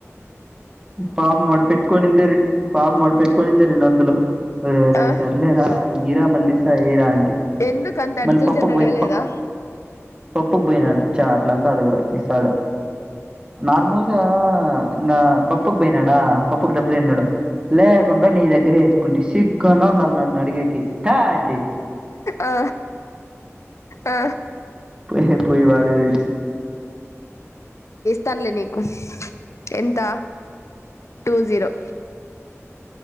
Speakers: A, on the right; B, on the left.
A: పాపం మొడి పెట్టుకని పాపం వాడు పెట్టుకనిందే రెండు వందులు. రే రే
B: ఆ
A: సర్లేరా ఈరా మల్లిస్తా ఈరా అంటి
B: ఎందుకు అంత అర్జెంట్
A: మల్లి పప్పు
B: అని
A: గే
B: అడగలేదా
A: పప్పు పోయినాడు చాట్ల అంతా అడగడు ఇస్తాడు నార్మల్గా ఇంకా పప్పుకు పోయినాడా పప్పుకు డబ్బులుంన్నాడు లేకుండా నీ దగ్గరే వేసుకుంటే సిగ్గున్న నన్ని అడిగే కి పే అంటి
B: ఆ ఆ
A: పో పోయి బడే <inaudible>
B: తల్లి నీకు ఎంత టూ జీరో